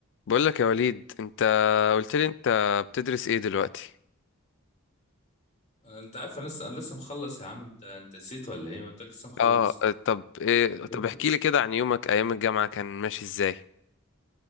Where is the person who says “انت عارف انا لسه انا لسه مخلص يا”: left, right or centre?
Left